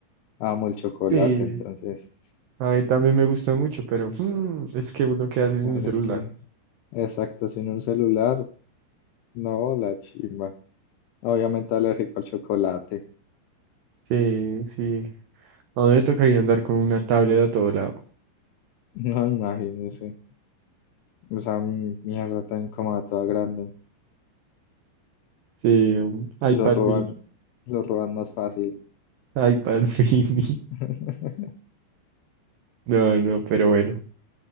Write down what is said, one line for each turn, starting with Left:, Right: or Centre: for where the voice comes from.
Left: Amo el chocolate,
Right: Sí.
Left: entonces.
Right: A mí también me gusta mucho, pero mm, es que uno queda así sin
Left: pero
Right: un celular.
Left: Es que, exacto, sin un celular, no, la chimba. Obviamente alérgico al chocolate. <laughs>
Right: Sí, sí. A mí me tocaría andar con una tablet a todo lado.
Left: No, imagínese. O sea, mi mierda tan incómoda, toda grande.
Right: Sí, un
Left: Lo
Right: iPad
Left: roban,
Right: mini.
Left: lo roban más fácil.
Right: iPad <laughs> mini.
Left: <laughs>
Right: No, no, pero bueno.